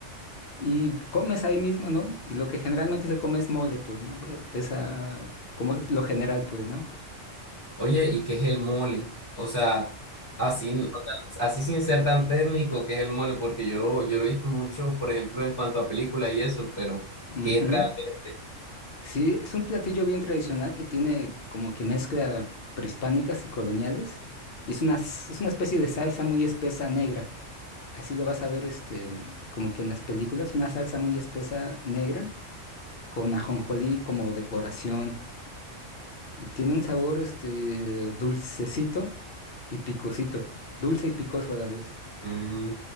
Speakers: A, on the left (about 55°); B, on the left (about 15°).
A: Y comes ahí mismo, ¿no? Y lo que generalmente se come es mole, pues, ¿no? Eh, Esa, como lo general, pues, ¿no?
B: Oye, ¿y qué es el mole? O sea, así, n- o sea, así sin ser tan técnico, ¿qué es el mole? Porque yo lo, yo lo he visto mucho, por ejemplo, en cuanto a películas y eso, pero
A: Ujú,
B: ¿qué es
A: ujú.
B: realmente?
A: Sí, es un platillo bien tradicional que tiene como que mezcla prehispánicas y coloniales. Y es una, s- es una especie de salsa muy espesa negra. Así lo vas a ver, este, como que en las películas, una salsa muy espesa negra con ajonjolí como decoración y tiene un sabor, este, dulcecito y picosito, dulce y picoso a la vez.
B: Mm,